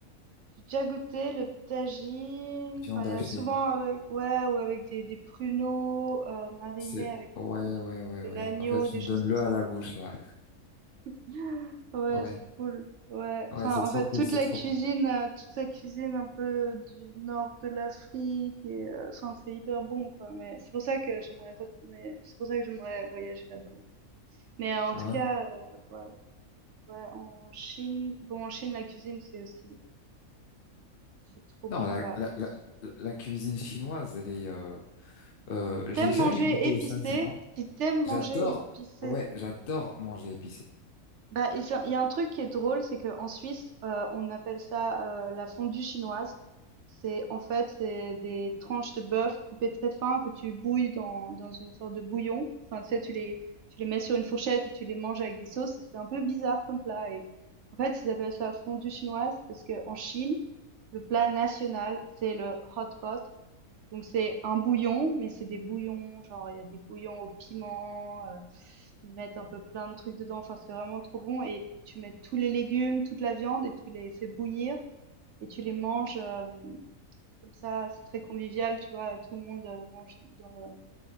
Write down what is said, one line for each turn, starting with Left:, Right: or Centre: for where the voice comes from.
Right: J'ai déjà goûté le tagine,
Left: Viande
Right: enfin il
Left: hachée.
Right: y a souvent avec ouais ou avec des, des pruneaux euh, marinés
Left: C'est
Right: avec
Left: ouais,
Right: un peu du,
Left: ouais, ouais,
Right: de
Left: ouais.
Right: l'agneau,
Left: En fait, tu
Right: des
Left: me
Right: choses
Left: donnes
Right: comme
Left: le
Right: ça.
Left: à la bouche là.
Right: <laughs> Ouais,
Left: Ouais,
Right: c'est cool. Ouais, enfin
Left: ouais, c'est
Right: en
Left: trop
Right: fait
Left: cool,
Right: toute
Left: c'est
Right: la
Left: trop
Right: cuisine,
Left: cool.
Right: euh, toute la cuisine un peu du nord de l'Afrique et euh, enfin c'est hyper bon quoi. Mais c'est pour ça que j'aimerais retourner, c'est pour ça que j'aimerais voyager là-bas. Mais euh, en
Left: Ah
Right: tout
Left: ouais?
Right: cas, euh, ouais, ouais, en Chine, bon, en Chine, la cuisine, c'est aussi, c'est trop bon,
Left: Non, la,
Right: quoi.
Left: la, la, la la cuisine chinoise, elle est. Euh, euh,
Right: Si t'aimes
Left: j'ai jamais
Right: manger
Left: goûté,
Right: épicé,
Left: sincèrement.
Right: si t'aimes manger
Left: J'adore,
Right: épicé,
Left: ouais, j'adore manger épicé,
Right: Bah, ils ont il y a un truc qui est drôle, c'est qu'en Suisse, heu, on appelle ça, heu, la fondue chinoise. C'est en fait, c'est des tranches de bœuf coupées très fin que tu bouilles dans dans une sorte de bouillon. Enfin, tu sais, tu les tu les mets sur une fourchette et tu les manges avec des sauces et c'est un peu bizarre comme plat et en fait, ils appellent ça fondue chinoise parce que en Chine, le plat national, c'est le hot pot. Donc c'est un bouillon, mais c'est des bouillons, genre il y a des bouillons au piment, euh, ils mettent un peu plein de trucs dedans, enfin c'est vraiment trop bon et tu mets tous les légumes, toute la viande et tu les fais bouillir et tu les manges euh, comme ça, c'est très convivial, tu vois, tout le monde euh, mange dans le